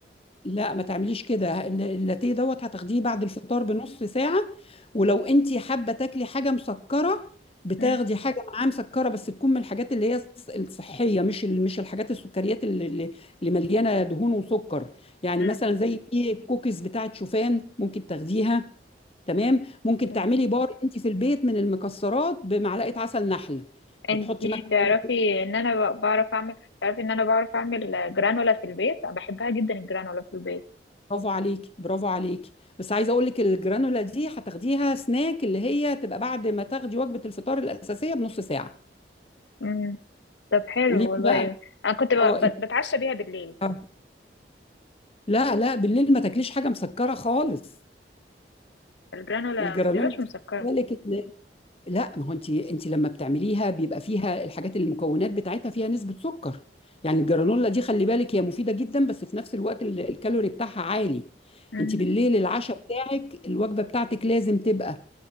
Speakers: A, on the left; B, on the left.
A: لا ما تعمليش كده الل- اللاتيه دوت هتاخديه بعد الفطار بنص ساعة ولو انت حابة تاكلي حاجة مسكرة بتاخدي
B: مم.
A: حاجة معاه مسكرة بس تكون من الحاجات اللي هي الص- الصحية مش ال- مش الحاجات السكريات اللي, اللي اللي مليانة دهون وسكر يعني
B: مم.
A: مثلا زي في الكوكيز بتاعت شوفان ممكن تاخديها تمام ممكن
B: تمام.
A: تعملي بار انت في البيت من المكسرات بمعلقه عسل نحل
B: انتي
A: بتحطي مثلا
B: تعرفي ان انا ب- بعرف اعمل تعرفي ان انا بعرف اعمل جرانولا في البيت انا بحبها جدا الجرانولا في البيت
A: برافو عليكي برافو عليكي بس عايزه اقول لك الجرانولا دي هتاخديها سناك اللي هي تبقى بعد ما تاخدي وجبه الفطار الاساسيه بنص ساعه
B: مم. طب حلو
A: قولي لي
B: والله
A: بقى
B: انا كنت ب...
A: اه
B: ب-
A: انت
B: بتعشى بيها بالليل
A: آه، لا لا بالليل ما تاكليش حاجه مسكره خالص
B: الجرانولا
A: الجرانولا
B: ما بتبقاش مسكره
A: دي خلي بالك لا ما هو انت انت لما بتعمليها بيبقى فيها الحاجات اللي المكونات بتاعتها فيها نسبة سكر يعني الجرانولا دي خلي بالك هي مفيدة جدا بس في نفس الوقت ال- الكالوري بتاعها عالي
B: مم.
A: انت بالليل العشاء بتاعك الوجبة بتاعتك لازم تبقى